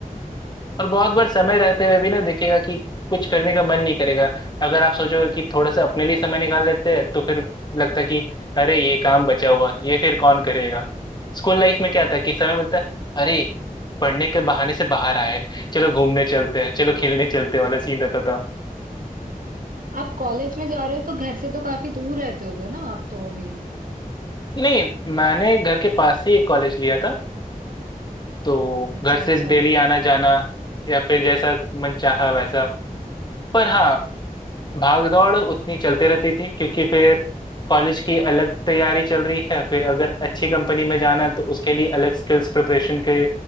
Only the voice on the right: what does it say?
आप कॉलेज में जा रहे हो तो घर से तो काफी दूर रहते होगे ना आप तो अभी?
अच्छा,
अच्छा।